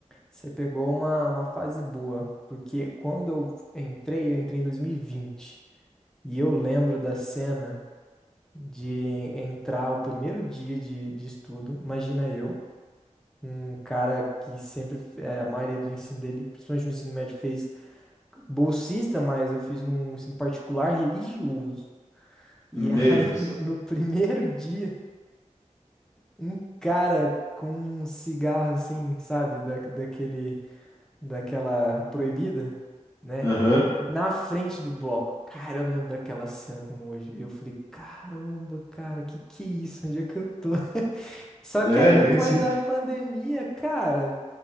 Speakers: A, in the centre; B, on the left (about 20°).
A: Você pegou uma, uma fase boa, porque quando eu entrei, eu entrei em 2020. E vinte. E eu lembro da cena de entrar o primeiro dia de, de estudo. Imagina eu, um cara que sempre, eh, a maioria do ensino dele, principalmente no ensino médio, fez bolsista, mas eu fiz num ensino particular religioso. E
B: Meu
A: <laughs> aí,
B: Deus.
A: no no primeiro dia, um cara com um cigarro assim, sabe, da, daquele, daquela proibida, né?
B: Aham.
A: Na frente do bloco. Cara, eu lembro daquela cena como hoje. Eu falei, caramba, cara, que que é isso? Onde é que eu tô? <laughs> Só
B: É,
A: que aí depois
B: bem assim.
A: da pandemia, cara,